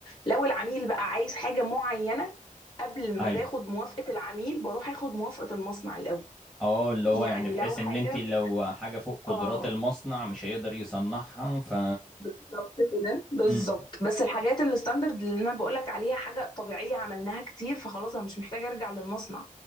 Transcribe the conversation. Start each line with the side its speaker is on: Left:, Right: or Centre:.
Left: لو العميل بقى عايز حاجه معينه قبل
Centre: ايوه
Left: ما باخد موافقه العميل بروح اخد موافقه المصنع الاول
Centre: اه اللي هو
Left: يعني
Centre: يعني بحيث
Left: لو حاجه
Centre: ان انت لو حاجة فوق قدرات
Left: اه
Centre: المصنع مش هيقدر يصنعها ف
Left: بالظبط كده بالظبط
Centre: امم
Left: بس الحاجات الستاندرد اللي انا بقولك عليها حاجه طبيعيه عملناها كتير فخلاص انا مش محتاجه ارجع للمصنع